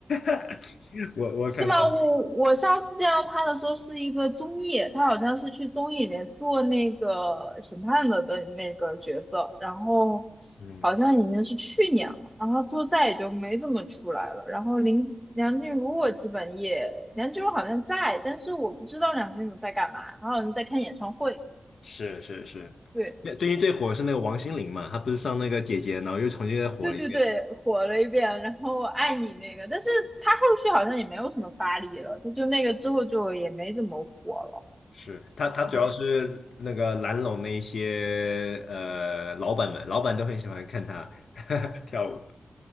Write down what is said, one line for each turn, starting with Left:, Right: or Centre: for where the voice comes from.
Left: <laughs> 我我看到那个，
Centre: 是吗？我我上次见到他的时候是一个综艺，他好像是去综艺里面做那个审判的的那个角色，然后
Left: 嗯，
Centre: 好像已经是去年了，然后做再也就没怎么出来了。然后林梁静茹我基本也，梁静茹好像在，但是我不知道梁静茹在干嘛，她好像在看演唱会。
Left: 是是是，
Centre: 对
Left: 那最近最火的是那个王心凌嘛，她不是上那个姐姐，然后又重新再火了一遍。
Centre: 对对对，火了一遍，然后爱你那个，但是他后续好像也没有什么发力了，她就那个之后就也没怎么火了。
Left: 是她，她主要是那个蓝龙那一些呃老板们，
Centre: 对。
Left: 老板都很喜欢看她 <laughs> 跳舞。